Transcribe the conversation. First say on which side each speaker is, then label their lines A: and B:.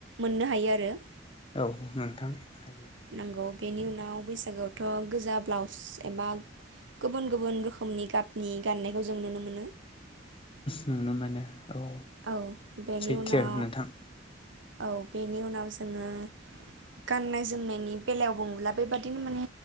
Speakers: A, on the right; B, on the left.
A: मोननो हायो आरो।
B: औ नोंथां हायो।
A: नंगौ बेनि उनाव बैसागोआवथ' गोजा ब्लाउस एबा गुबुन गुबुन रोखोमनि गाबनि गाननायखौ जों नुनो मोनो।
B: नुनो मोनो। औ
A: औ बेनि
B: सैथो
A: उनाव
B: नोंथां
A: औ बेनि उनाव जोङो गाननाय जोमनायनि बेलायाव बुङोब्ला बेबादिनो माने